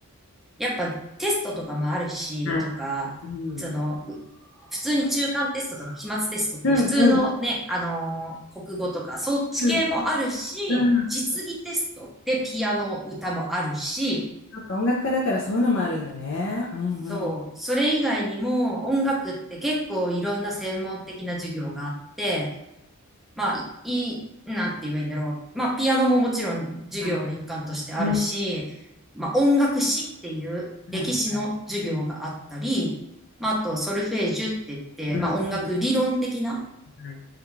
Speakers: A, in the centre; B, on the left.
A: やっぱテストとかもあるし、
B: あうん。
A: とか、その、う普通に中間テストとか期末テストっていう普通のね、
B: うんうんうん
A: あのー国語とかそっち系もあるし、
B: うんう
A: 実技テストでピアノ歌もあるし、
B: んなんか音楽家だからそういうのもあるんだね。うんうん。
A: そう、それ以外にも音楽って結構いろんな専門的な授業があって、まあ、いい、なんて言えばいいんだろう。まあ、ピアノももちろん授業の一環としてあるし、
B: はい。うん
A: まあ、音楽史っていう歴史の授業があったり、
B: はいはい。
A: まあ、あと、ソルフェージュって言って、
B: うんうん
A: まあ、音楽理論的な、
B: はい。